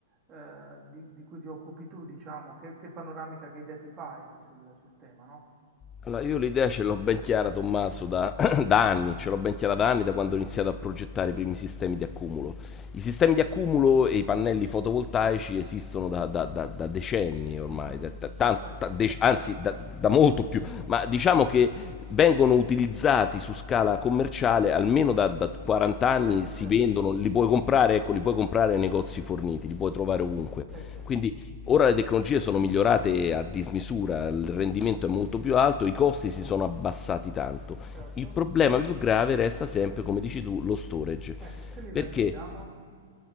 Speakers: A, on the right; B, on the left.
A: eh, di, di cui ti occupi tu, diciamo, che, che panoramica, che idea ti fai sul, sul tema, no?
B: Allora, io l'idea ce l'ho ben chiara, Tommaso,
A: Dimmi.
B: da, <clears throat> <coughs> da anni, ce l'ho ben chiara da anni, da quando ho iniziato a progettare i primi sistemi di accumulo. I sistemi di accumulo e i pannelli fotovoltaici esistono da, da- da- da decenni ormai,
A: Mhm,
B: da- da- tan-
A: Certo,
B: da dec- anzi da, da molto più, ma diciamo che vengono utilizzati su scala commerciale almeno da, da 40 anni,
A: certo,
B: si
A: certo,
B: vendono, li puoi comprare, ecco, li puoi comprare nei negozi forniti, li puoi trovare ovunque.
A: sì, sì,
B: Quindi Ora le tecnologie sono migliorate a dismisura, il rendimento è molto più alto, i costi si sono abbassati tanto.
A: certo.
B: Il problema più grave resta sempre, come dici tu, lo storage.
A: Ecco, a che livello
B: Perché
A: siamo?